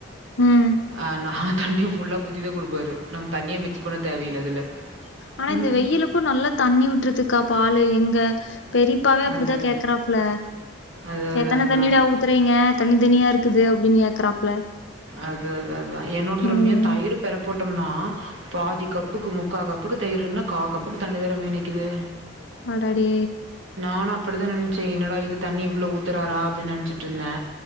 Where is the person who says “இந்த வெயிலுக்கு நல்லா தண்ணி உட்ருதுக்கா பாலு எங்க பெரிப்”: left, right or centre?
Left